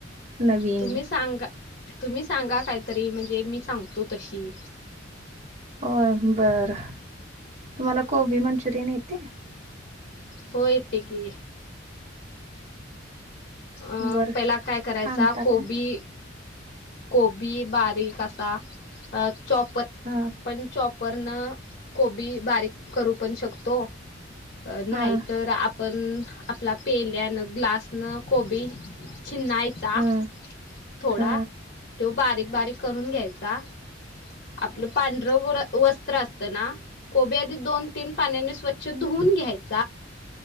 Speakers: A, on the right; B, on the left.
A: नवीन
B: तुम्ही सांगा तुम्ही सांगा कायतरी म्हणजे मी सांगतो तशी
A: होय बर तुम्हाला कोबी मंचुरियन येते
B: हो येते की अं
A: बरं
B: पहिला काय करायचा
A: सांगता
B: कोबी
A: काय
B: कोबी बारीक असा अ चॉपर
A: हा
B: पण चॉपरनं कोबी बारीक करू पण शकतो अ नाहीतर
A: हा
B: आपण आपला पेल्यानं ग्लासनं कोबी छिन्नायचा
A: हा
B: थोडा
A: हा
B: त्यो बारीक
A: हा
B: बारीक करून घ्यायचा आपलं
A: हा
B: पांढरं गोरं वस्त्र असतं ना कोबी आधी दोन तीन पाण्यानी स्वच् छ धुऊून घ्यायचा